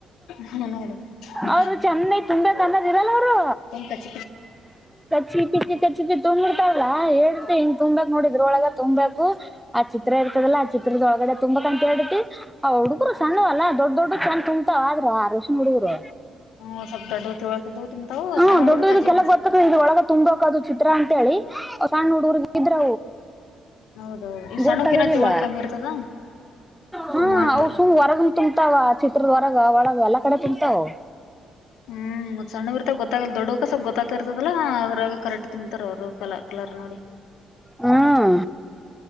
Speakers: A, on the left; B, in the centre.
A: ಹ ನೋಡುಸಂ
B: ಅವ್ರು ಚಂದಾಗಿ ತುಂಬೇಕ್ ಅನ್ನೋದ್ ಇರಲ್ಲ ಅವ್ರು
A: ಕಚ
B: ಚಿ ಚ ಚಿ ತಂಬಿಡ್ತಾವಲ್ಲಾ ಹೇಳ್ರೆ ಹಿಂಗ ತುಂಬಬೇಕಕ್ ನೋಡಿದ್ರ ಒಳಗ ತುಂಬ್ಬೇಕು ಆ ಚಿತ್ರ ಇರ್ತದಲ್ಲ ಆ ಚಿತ್ರದೊಳಗಡೆ ತುಂಬಬೇಕಕ್ಂತ ಹೇಳ್ರಿ ತಿ ಅವ್ ಹುಡುಗ್ರು ಸಣ್ಣವಲ್ಲಾ ದೊಡ್ಡ ದೊಡ್ ಚಂದ ತುಂಬ್ತಾವ ಆದ್ರು ಆರ್ ವರ್ಷನ ಹುಡುಗರು
A: ಹ್ಮ ಸ್ವಲ್ಪ ದೊಡ್ಡವು ತಿಳ್ಕದು ತಿಂತಾವು
B: ಹಾ
A: ಸಣ್ಣ ಹುಡುಗರು
B: ದೊಡ್ಡ
A: ಕಜಿ
B: ಇದಕ್ಕೆಲ್ಲ ಗೊತ್ತ ಇದ್ರ ಒಳಗ ತುಂಬ ಹಕದು ಚಿತ್ರ ಅಂತೇಳಿ ಸಣ್ಣ ಹುಡು ಊರ್ಗೆ ಇದ್ರ
A: ಹೌದು ಈ ಸಣ್ಣಕಿನ
B: ಗೊತ್ತಾಗದಿಲ್ಲ
A: ತಿಳ್ ಕಮ್ಮಿ ಇರ್ತದ
B: ಹಾ
A: ಮಾಡ್ತಾರ
B: ಅವ ಸು ಹೊರಗ ತುಂಬತ ಚಿತ್ರದ್ವರಗ ಒಳಗ ಎಲ್ಲಾ ಕಡೆ ತಿಂತವು
A: ಹ್ಮ್ ಸಣ್ಣ ಬಿರ್ತ ಗೊತ್ತಾಗಲ್ಲ ದೊಡ್ಡಕ್ಕ ಸ್ವಪ ಗೊತ್ತತಿರ್ತದಾ ಅದ್ರಾಗ ಕರೆಕ್ಟ್ ಕುಂತಾರ ಅವರು ಕಲಾ ಕಲ ನೋಡಿ
B: ಹ್ಮ್